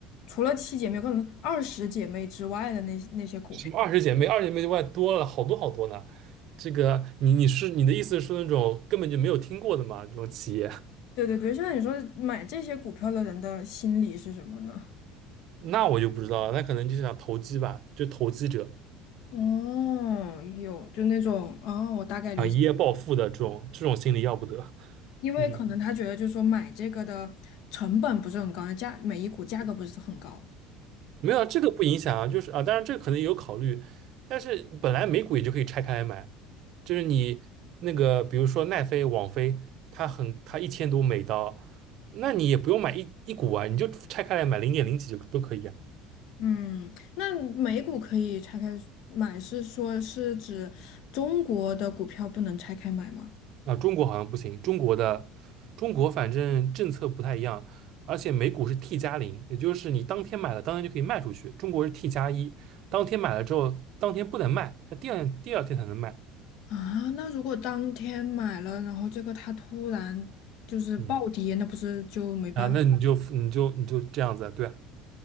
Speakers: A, on the left (about 65°); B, on the right (about 60°).
A: 除了七姐妹，可能二十姐妹之外的那那些股票。
B: 什么二十姐妹，二十姐妹就外多了好多好多呢。这个你你是你的意思是那种根本就没有听过的嘛？这种企业，
A: 对对对，现在你说买这些股票的人的心理是什么呢？
B: 那我就不知道了，那可能就是想投机吧，就投机者
A: 哦，有，就那种，哦，我大概理解，
B: 啊，一夜暴富的这种这种心理要不得。
A: 因为可能他觉得就是说买这个的成本不是很高，
B: 嗯，
A: 价，每一股价格不是很高。
B: 没有啊，这个不影响啊，就是啊，当然这个可能也有考虑，但是本来美股也就可以拆开来买，就是你那个比如说奈飞、网飞，它很它一千多美刀，那你也不用买一一股啊，你就拆开来买零点零几就都可以啊。
A: 嗯，那每股可以拆开买，是说是指中国的股票不能拆开买吗？
B: 啊，中国好像不行，中国的中国反正政策不太一样，而且美股是 T 加零，也就是你当天买了，当天就可以卖出去。中国是 T 加一，当天买了之后，当天不能卖，要第二第二天才能卖。
A: 啊，那如果当天买了，然后这个它突然就是暴跌，
B: 嗯，
A: 那不是就没办法？
B: 啊，那你就你就你就这样子啊，对啊，